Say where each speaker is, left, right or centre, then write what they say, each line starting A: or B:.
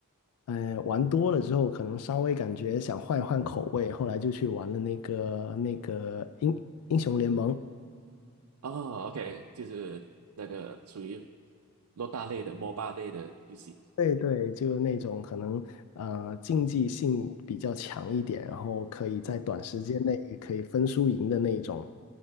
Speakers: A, on the left; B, on the right.
A: 呃，玩多了之后，可能稍微感觉想换一换口味，后来就去玩了那个那个英英雄联盟。
B: 哦，OK，就是那个属于洛大类的 MOBA 类的游戏，
A: 对对，就那种可能呃竞技性比较强一点，然后可以在短时间内可以分输赢的那一种。
B: 嗯嗯，